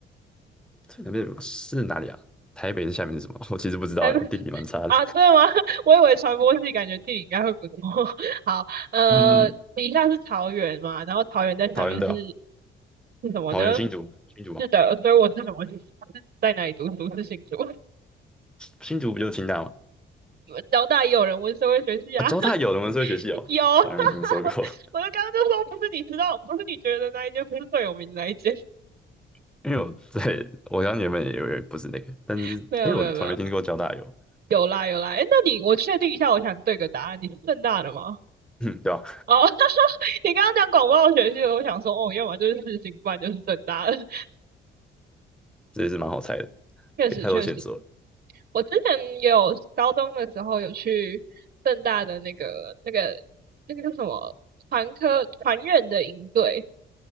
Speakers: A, in the centre; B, on the right.
A: 最南边的北部是哪里啊？台北的下面是什么？<laughs> 我其实不知道欸，
B: 台北
A: 我地理蛮差的。
B: 啊，真的吗？<laughs> 我以为传播系感觉地理应该会不错。<laughs> 好，呃，
A: <laughs> 嗯，
B: 底下是桃园嘛，然后桃园在下面是
A: 桃园对吧？
B: 是什么呢？
A: 桃园新竹，新竹吗？
B: 是的，所以我是什么系？是在哪里读书？是新竹。
A: 新竹不就是清大吗？
B: <laughs> 交大也有人问社会学系啊，
A: 啊、交大有人文社会学系哦，
B: <laughs> 有，<laughs> 我就刚刚就说不是你知道，
A: 从来没听说过。
B: 不是你觉得那一间，不是最有名的那一间。
A: <laughs> 因为我在我刚原本也以为不是那个，但是哎，
B: <laughs> 没有没有没有，
A: 我从来没听过交大有，
B: 有啦有啦，哎，那你我确定一下，我想对个答案，你是正大的吗？
A: <laughs> 嗯对吧？
B: 哦，<laughs> 他说你刚刚讲广播学系的，我想说，哦，要么就是世新，不然就是正大的。<laughs>
A: 这也是蛮好猜的，
B: 确实确实，
A: 给太多线索了。
B: 我之前也有高中的时候有去正大的那个那个那个叫什么传科传院的营队，